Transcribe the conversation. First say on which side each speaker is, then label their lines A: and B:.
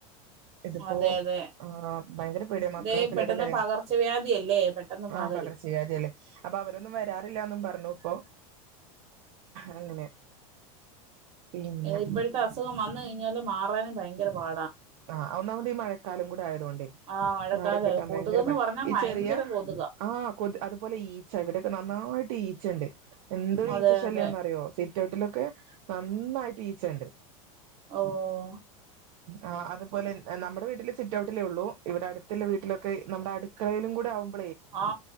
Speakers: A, on the right (about 65°); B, on the right (about 30°).
A: ഇതിപ്പോ
B: അതെ അതെ
A: ആ ഭയങ്കര പേട്യ മക്കളൊക്കെള്ളതല്ലേ
B: ഇതേ പെട്ടെന്ന് പകർച്ചവ്യാധിയല്ലേ പെട്ടെന്ന്
A: ആ
B: പകരും
A: പകർച്ച വ്യാധികള് അപ്പൊ അവരൊന്നും വരാറില്ലാന്നും പറഞ്ഞു പ്പോ അങ്ങനെ പിന്നെ
B: ഇപ്പോഴത്തെ അസുഖം വന്ന് കഴിഞ്ഞാലും മാറാനും ഭയങ്കര പാ
A: അ ഒന്നാമത് ഈ മഴക്കാലം കൂടെ ആയതോണ്ടെ യ്
B: ആഹ് മഴക്കാല
A: മാറി കിട്ടാൻ
B: കൊതുകെന്ന്
A: ഭയങ്കര പണിഈ
B: പറഞ്ഞാ ഭയങ്കര
A: ചെറിയ
B: കൊതുകാ
A: ആ കൊത് അതുപോലെ ഈച്ച ഇവിടെയക്കെ നന്നായി ടീച്ചണ്ട് എന്തോ
B: അതെ
A: ഈച്ച ശല്യാന്നറിയോ
B: അതെ
A: സിറ്റൗട്ടിലൊക്കെ നന്നായിട്ട് ഈച്ചണ്ട്
B: ഓ
A: ആ അതുപോലെ നമ്മുടെ വീട്ടില് സിറ്റ് ഔട്ടിലേ ഉള്ളൂ ഇവിടെ അടുത്തുള്ള വീട്ടിലൊക്കെ നമ്മുടെ അടുക്കളയിലും കൂ <unintelligible>
B: ആ